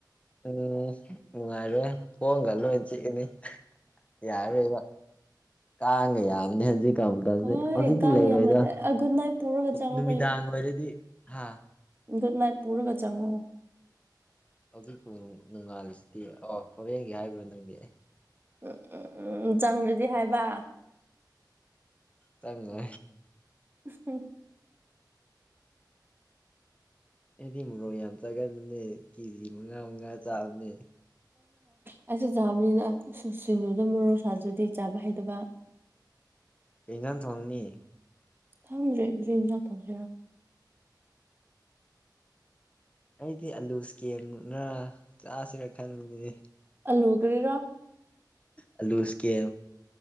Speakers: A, on the left (about 15°); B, on the right (about 30°).
A: ꯎꯝ ꯅꯨꯡꯉꯥꯏꯔꯦ ꯀꯣꯡꯒꯜꯣ ꯏꯆꯤ ꯀꯅꯤ ꯌꯥꯔ ꯀꯥꯡꯒ ꯌꯥꯕꯅꯤ ꯍꯧꯖꯤꯛ ꯀꯇꯁꯦ
B: ꯍꯣꯏ
A: ꯍꯧꯖꯤꯛꯇꯤ
B: ꯀꯥꯡ
A: ꯂꯩꯔꯣꯏꯗ
B: ꯌꯥꯝꯃꯜꯂꯦ ꯒꯨꯗ ꯅꯥꯏꯠ ꯄꯨꯔꯒ ꯆꯪꯉꯣ
A: ꯅꯨꯃꯤꯗꯥꯡ ꯑꯣꯏꯔꯗꯤ ꯍꯥꯥ
B: ꯈꯠ ꯃꯥꯏ ꯄꯨꯔꯒ ꯆꯪꯉꯣ
A: ꯍꯧꯖꯤꯛꯐꯥꯎ ꯅꯣꯡꯉꯥꯜꯂꯤꯁꯤꯗꯤ ꯑ ꯍꯣꯔꯦꯟꯒꯤ ꯍꯥꯏꯕ꯭ꯔꯥ ꯅꯪꯗꯤ
B: ꯎꯝ ꯎꯝ ꯎꯝ ꯆꯪꯗꯗꯤ ꯍꯥꯏꯕ
A: ꯆꯉꯣ
B: ꯑ
A: ꯑꯦꯗꯤ ꯃꯣꯔꯣꯛ ꯌꯥꯝ ꯆꯥꯒꯟꯕꯅꯦ ꯀꯦꯖꯤ ꯃꯉꯥ ꯃꯉꯥ ꯆꯥꯕꯅꯦ
B: ꯑꯩꯁꯨꯦ ꯆꯥꯕꯅꯤꯅ ꯁꯤꯡꯖꯨꯗ ꯃꯔꯣꯔꯣꯛ ꯁꯥꯥꯖꯗꯤ ꯆꯥꯕ ꯍꯩꯇꯕ
A: ꯀꯩꯅꯖꯅ ꯊꯣꯡꯅꯤ
B: ꯈꯪꯗ꯭ꯔꯦ ꯭ꯔꯔꯤꯟꯖꯥꯡ ꯇꯧꯁꯤꯔꯣ
A: ꯑꯩꯗꯤ ꯑꯂꯨ ꯏꯁꯀꯦꯝꯃꯨꯛꯅ ꯆꯥꯁꯤꯔ ꯈꯟꯕꯅꯤꯅꯦ
B: ꯑꯜꯂꯨ ꯀꯔꯤꯔꯣ
A: ꯑꯂꯨꯁꯀꯤꯦ